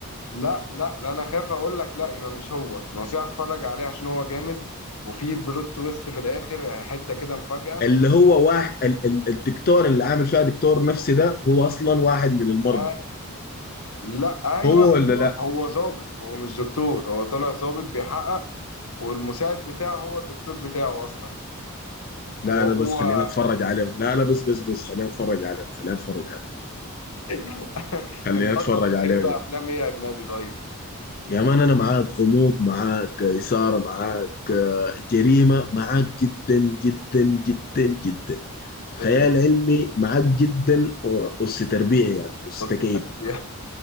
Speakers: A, on the left (about 80°); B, on the left (about 40°).
A: لا لا لا أنا خاف أقول لك لا يبقى مش هو نصيحة اتفرج عليه عشان هو جامد وفي بلوت تويست في الآخر يعني حتة كده مفاجأة
B: اللي هو واحد ال- ال- الدكتور اللي عامل فيها دكتور نفسي ده هو اصلا واحد من المرضى
A: آه، لا أيوه
B: هو ولا
A: أيوه
B: لا
A: هو ظابط هو مش دكتور هو طلع ظابط بيحقق والمساعد بتاعه هو الدكتور بتاعه اصلا
B: لا
A: وهو
B: لا بس خلينا اتفرج عليه لا لا بس بس بس خلينا اتفرج عليه خلينا اتفرج عليه
A: <laughs>
B: خلينا
A: انت
B: اتفرج
A: اصلا بتحب
B: عليه يا
A: افلام ايه اجنبي طيب
B: يا مان انا معاك غموض معاك اثاره معاك آه، جريمه معاك جدا جدا جدا جدا خيال
A: حلو
B: علمي معاك جدا وأس تربيع يا مان أس
A: <laughs>
B: تكييف